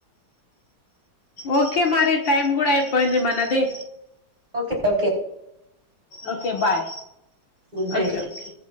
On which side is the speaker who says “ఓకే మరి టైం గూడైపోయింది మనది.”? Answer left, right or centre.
Left